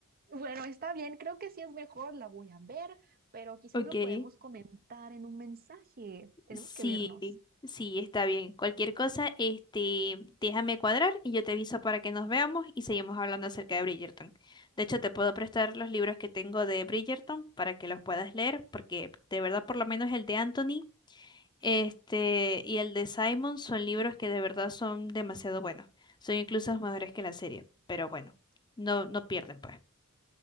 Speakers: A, on the right; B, on the left.
A: Bueno, está bien, creo que sí es mejor, la voy a ver, pero quizás
B: Ok.
A: lo podemos comentar en un mensaje. Tenemos
B: Sí,
A: que vernos.
B: sí, está bien. Cualquier cosa, este, déjame cuadrar y yo te aviso para que nos veamos y seguimos hablando acerca de Bridgerton. De hecho, te puedo prestar los libros que tengo de Bridgerton para que los puedas leer, porque de verdad, por lo menos el de Anthony, este, y el de Simon son libros que de verdad son demasiado buenos. Son incluso mejores que la serie, pero bueno, no, no pierden, pues.